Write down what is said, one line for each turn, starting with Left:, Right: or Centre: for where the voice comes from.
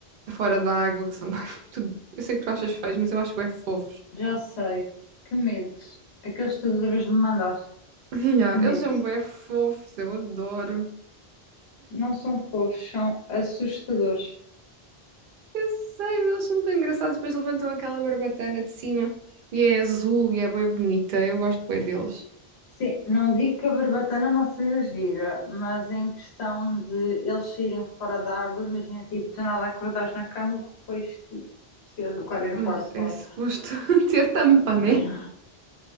Right: fora da água, que são mais... <laughs> tudo- Eu sei que tu achas feios, mas eu acho bem fofos.
Left: já sei, que medo. Aqueles tartarugas me mandaste,
Right: <laughs> Ya,
Left: que medo.
Right: eles são bem fofos, eu adoro.
Left: Não são fofos, são assustadores.
Right: Eu sei, mas eles são tão engraçados. Depois levantam aquela barbatana de cima e é azul e é bem bonita. Eu gosto bem deles.
Left: Sim, não digo que a barbatana não seja gira, mas em questão de eles saírem fora da água, imagina, tipo, do nada acordares na cama que foi tipo, se do aquário
Right: Mas
Left: no quarto, claro.
Right: é suposto <laughs> ter tampa,
Left: <laughs>
Right: né?
Left: Não,